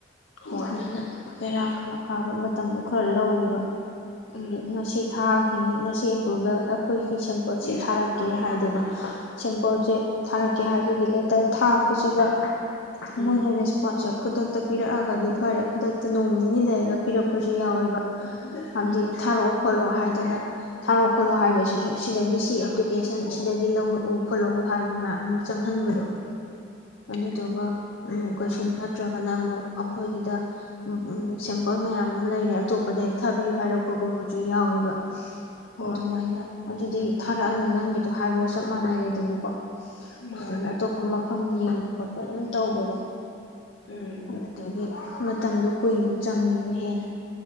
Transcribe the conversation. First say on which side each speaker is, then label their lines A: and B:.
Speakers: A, on the left; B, on the left.
A: ꯍꯣꯏ
B: ꯑꯗꯨꯅ ꯄꯦꯔꯥ ꯈꯔ ꯄꯥꯕ ꯃꯇꯝꯗꯣ ꯈꯔ ꯂꯧꯋꯦꯕ
A: ꯎꯝ
B: ꯉꯁꯤ ꯊꯥꯡ ꯁꯤꯅꯤ ꯉꯁꯤ ꯑꯦꯄ꯭ꯔꯨꯚꯦꯜ ꯑꯩꯈꯣꯏꯒꯤ ꯁꯦꯝꯄꯜꯁꯦ ꯊꯥꯔꯛꯀꯦ ꯍꯥꯏꯗꯅ ꯁꯦꯝꯄꯜꯁꯦ ꯊꯥꯔꯛꯀꯦ ꯍꯥꯏꯕꯒꯤ ꯂꯦꯇꯔ ꯊꯥꯕꯁꯤꯒ
A: ꯎꯝ
B: ꯃꯣꯏꯅ ꯔꯦꯁꯄꯣꯟ ꯈꯨꯗꯛꯇ ꯄꯤꯔꯛꯑꯒꯗꯤ ꯐꯔꯦ ꯈꯨꯗꯛꯇ ꯅꯣꯡ ꯅꯤꯅꯤ ꯂꯩꯔꯒ ꯄꯤꯔꯛꯄꯁꯨ ꯌꯥꯎꯋꯦꯕ ꯍꯧꯖꯤꯛ
A: ꯎꯝ
B: ꯊꯥꯔꯛꯑꯣ ꯈꯣꯠꯂꯑꯣ ꯍꯥꯏꯗꯅ ꯊꯥꯔꯣ ꯈꯣꯠꯂꯣ ꯍꯥꯏꯕꯁꯤꯁꯨ ꯁꯤꯗꯒꯤ ꯁꯤ ꯑꯦꯄ꯭ꯂꯤꯀꯦꯁꯟ ꯁꯤꯗꯒꯤ ꯂꯧꯔꯛꯎ ꯈꯣꯠꯂꯛꯎ ꯍꯥꯏꯕ ꯃꯌꯥꯝ ꯑꯃ ꯆꯪꯍꯟꯕꯗꯣ ꯑꯗꯨꯗꯨꯒ
A: ꯎꯝ
B: ꯀꯩꯁꯨ ꯅꯠꯇ꯭ꯔꯒꯅ ꯑꯃꯨꯛ ꯑꯩꯈꯣꯏꯒꯤꯗ ꯁꯦꯝ ꯁꯦꯝꯄꯜ ꯃꯌꯥꯝ ꯑꯃ ꯂꯩꯔꯦ ꯑꯇꯣꯞꯄꯗ ꯍꯦꯛ ꯊꯥꯕꯤꯌꯨ ꯍꯥꯏꯔꯛꯄꯒꯨꯝꯕꯁꯨ ꯌꯥꯎꯋꯦꯕ
A: ꯍꯣꯏ
B: ꯑꯗꯨꯃꯥꯏꯅ ꯑꯗꯨꯗꯤ ꯊꯥꯔꯛꯑꯅꯨ ꯅꯪꯒꯤꯗꯣ ꯍꯥꯏꯕꯒ ꯆꯞ ꯃꯥꯟꯅꯔꯦꯗꯅꯀꯣ
A: ꯃꯥꯅꯦ
B: ꯑꯗꯨꯅ ꯑꯇꯣꯞꯄ ꯐꯝ ꯌꯦꯡꯕ ꯈꯣꯠꯄ ꯑꯗꯨꯝ ꯇꯧꯕꯗꯣ
A: ꯎꯝ
B: ꯑꯗꯒꯤ ꯃꯇꯝꯗꯣ ꯀꯨꯏꯅ ꯆꯪꯉꯦꯕ ꯍꯦꯟꯅ